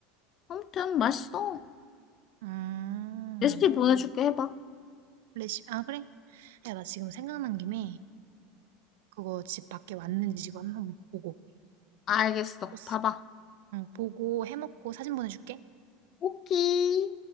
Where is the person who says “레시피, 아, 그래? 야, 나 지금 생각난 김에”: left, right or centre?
Right